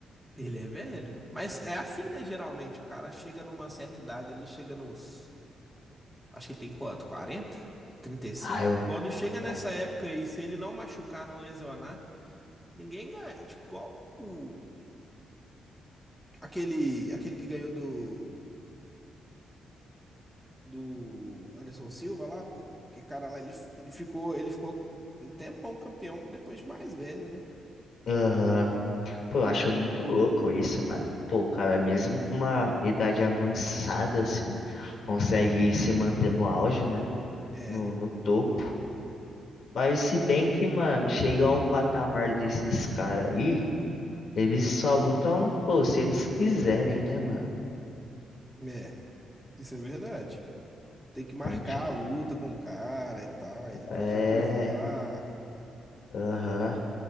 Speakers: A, in the centre; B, on the left.
A: Ele é velho. Mas é assim, né? Geralmente, o cara chega numa certa idade, ele chega nos. Acho que ele tem quanto? quarenta trinta e cinco
B: Ah, eu.
A: Quando chega nessa
B: ai,
A: época aí, se ele não machucar, não lesionar, ninguém ganha. Tipo, igual o Aquele, aquele que ganhou do, do Anderson Silva lá, pô. Que cara lá, ele, ele ficou, ele ficou um tempão campeão depois de mais velho, né?
B: Aham. Pô, eu acho muito louco isso, mano. Pô, o cara, mesmo com uma idade avançada, assim, consegue se manter no auge, né?
A: É,
B: No, no topo. Mas se bem que, mano, chegar ao patamar desses caras aí, eles só lutam, pô, se eles quiserem, né, mano?
A: é, isso é verdade. Tem que marcar
B: Então, tipo,
A: a luta com o cara e tal. Ele pode
B: é.
A: recusar.
B: Aham.